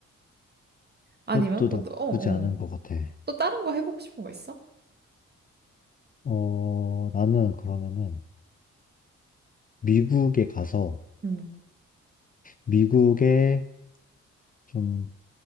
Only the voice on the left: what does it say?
그것도
나쁘지
않은 것 같아.
어, 나는 그러면은 미국에 가서
미국의 좀